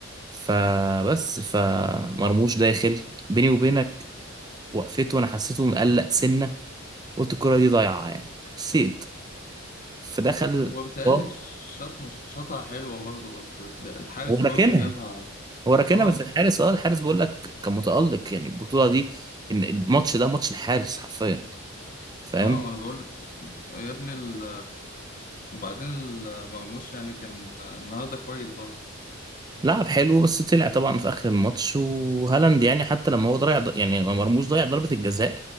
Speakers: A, on the right; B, on the left.
A: فبس فمرموش داخل بيني وبينك وقفته وانا حسيته مقلق سنه قلت الكره دي ضايعه يعني حسيت فدخل
B: هو بيتهيألي
A: شاط
B: شاطها شاطها حلوة برضه بس الحارس
A: هو راكنها
B: برضه جابها
A: هو راكنها
B: اه
A: بس الحارس اه الحارس بقول لك كان متالق يعني البطوله دي ان الماتش ده ماتش الحارس حرفيا فاهم
B: اه ما انا بقول يا ابني ال... وبعدين ال- مرموش يعني كان النهارده كويس برضه
A: لعب حلو بس طلع طبعا في اخر الماتش وهالاند يعني حتى لما هو ضيع يعني لما مرموش ضيع ضربة الجزاء